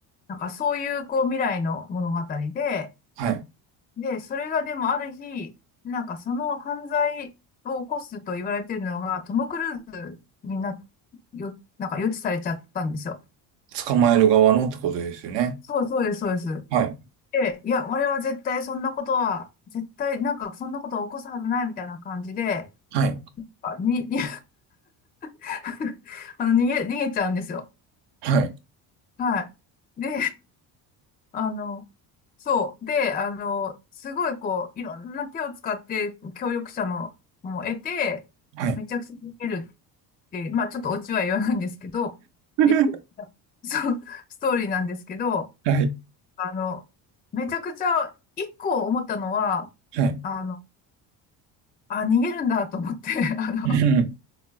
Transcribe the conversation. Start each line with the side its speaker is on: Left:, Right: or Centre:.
Left: なんかそういうこう未来の物語で、
Right: はい。
Left: で、それがでもある日、なんかその犯罪を起こすと言われてるのがトム・クルーズにな、よ、なんか予知されちゃったんですよ。
Right: 捕まえる側のってことですよね。
Left: そうそうです、そうです。
Right: はい。
Left: で、いや、俺は絶対そんなことは、絶対なんかそんなことを起こすはずないみたいな感じで、
Right: はい。
Left: あに、に <laughs> あの、逃げ、逃げちゃうんですよ。
Right: はい。
Left: はい。で、あの、そう。で、あの、すごいこう、いろんな手を使って協力者のも得て、
Right: はい。
Left: めちゃくちゃ見えるって、まあちょっとオチは言わないんですけど、
Right: <laughs>
Left: <laughs> でそう、ストーリーなんですけど、
Right: はい。
Left: あの、めちゃくちゃ一個思ったのは、
Right: はい。
Left: あの、あ、逃げるんだと思って、<laughs> あの、
Right: うん